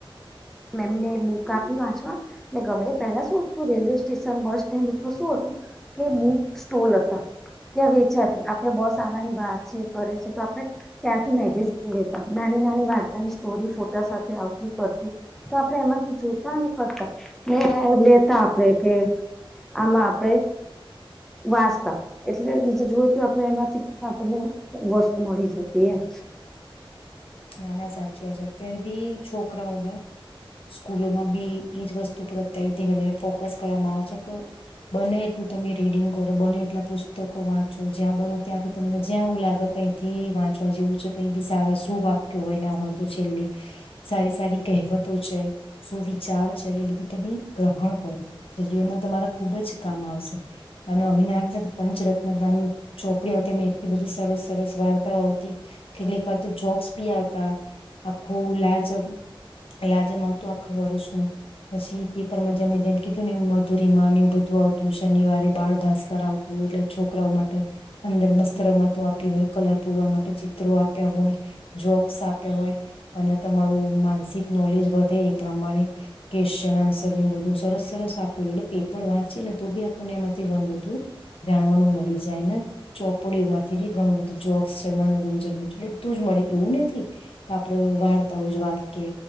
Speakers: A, in the centre; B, on the left (about 80°).
A: મેમને બુક આપી વાંચવા ને ગમે પેલા શું તું રેલવે સ્ટેશન બસ સ્ટેન્ડ ઉપર શું હતું કે બુક સ્ટોલ હતા ત્યાં વેચ્યા હતી આપડે બસ આવાની વાર છે કરે છે તો આપડે ત્યાંથી મેગેઝન લેતા નાની નાની વાર ની સ્ટોરી ફોટા સાથે આવતી કરતી તો આપણે એમાંથી જોતા ને કરતા ને લેતા આપે કે આમાં આપણેે વાંચતા એટલે બીજા જોયું તો આપણે એમાંથી પણ આપણને વસ્તુ મળી જતી એમ
B: ના ના સાચી વા છે અત્યારે બી છોકરાઓને સ્કૂલોમાં બી એજ વસ્તુ પર અત્યારે વધ ફોકસ કરવામાં આવે છે કે બને એટલું તમે રીડિંગ કરો બને એટલા પુસ્તકો વાંચો જ્યાં બને ત્યાંથી તમને જ્યાં એવું લાગે કઈથી વાંચવા જેવું છે કઈ બી સારા શું વા કેવાય ના હોય તો છેલ્લી સારી સારી કહેવતો છે સુવિચાર છે એ બીધું તમે ગ્રહણ કરો જીવનમાં તમારા ખુબ જ કામ આવશે અને અભિનાન છે પંચરત્ન નામની ચોપ આવતી અ એટલી બધી સરસ સરસ વાર્તાઓ આવતી કેટલીક વાર તો જોક્સ પી આવતા આખું લાજમ લાજમ આવતું આખ વરજ ન પછી પેપરમાં જેમ જેમ કીધું ને એમ મધુરી માન એવું બધું આવતું શનિવારે બાળ ભાસ્કર આવતું એટલે છોકરાઓ માટે અંદર મસ્ત રમતો આપી હોય કલર પૂરવા માટે ચિત્રો આપ્યા હોય જોક્સ આપ્યા હોય અને તમારું માનસિક નોલેજ વધે એ પ્રમાણે ક્વેશ્ચન આન્સર ન બધું સરસ સરસ આપ્યું એટલે પેપર વાંચીએ ને તો બી આપણને એમાંથી ઘણું બધું જાણવાનું મળી જાય ને ચોપડીઓ માંથી બી ઘણું બધું જોક્સ છે મનોરંજન બધું જ મળે એવું નથી કે આપડ વાર્તાઓ જ વાક કે